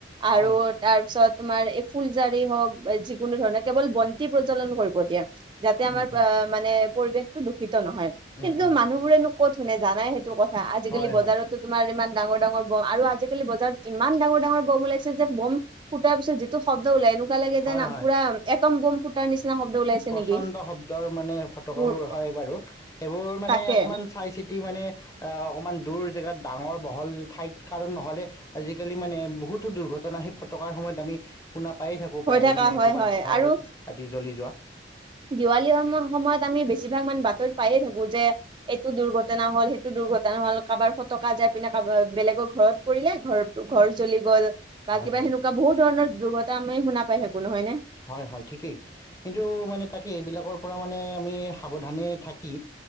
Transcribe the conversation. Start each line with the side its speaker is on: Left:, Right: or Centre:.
Right: আৰু
Left: হয়
Right: তাৰপিছত তোমাৰ এই ফুলজাৰি হওক বা যিকোনো ধৰণৰ কেৱল বন্তি প্ৰজলন কৰিব দিয়া যাতে আমাৰ
Left: উম উম
Right: মানে পৰিৱেশতটো দূষিত নহয়
Left: উম
Right: কিন্তু
Left: উম
Right: মানুহবোৰেনো ক'ত মানে জানাই সেইটো কথা আজিকালি
Left: হয়
Right: বজাৰতো
Left: হয়
Right: তোমাৰ ইমান ডাঙৰ ডাঙৰ বম আৰু আজিকালি বজাৰত ইমান ডাৰাঙৰ ব ওলাইছে যে বম ফুটাৰ পিত যিটো শ্দ ওলাই নো লাগে
Left: হয়
Right: যোনা
Left: হয়
Right: পু এ একম গম ফুটাৰ নিচিনা শব্দ ওলাইছে
Left: প্ৰচণ্ড
Right: নেকি
Left: শব্দৰ মানে ফটকাবোৰ
Right: মোৰ
Left: হয় বাৰু এইবোৰ মানে
Right: তাকে
Left: অকণমান চাই চিতি মানে অ অকণমান দূৰ জেগাত ডাঙৰ বহল ঠাইত কাৰণ নহলে আজিকালি মানে বহুতো দুৰ্ঘট ফটনা সেই ফটকাৰ সময়ত আমি শুনা পায়ে থাকো
Right: হৈ
Left: প্ৰায়
Right: থকা
Left: মানে
Right: হয়
Left: ক'ৰবাত
Right: হয়
Left: ঘৰ
Right: আৰু
Left: আদি জ্বলি যোৱা
Right: দিৱালী সম সময়ত আমি বেছিভাগ মান বাতৰি পায়ে থাকো যে এইটো দুৰ্ঘটনা হল সেইটো দুৰ্ঘটনা ন হ'ল কাৰোবাৰ ফটকা যাই পিনে কাৰবাৰ বেলেগৰ ঘৰত পৰিলে ঘৰ ঘৰ জ্বলি গ'ল বা
Left: হয়
Right: কিবা
Left: হয়
Right: সেনেকুৱা বহুত ধৰণৰ দুৰ্তা আমি শুনা পাই থাকো নহয় নে
Left: হয় হয় ঠিকেই কিন্তু মানে তাকে এইবিলাকৰ পৰা মানে আমি সাৱধানে থাকি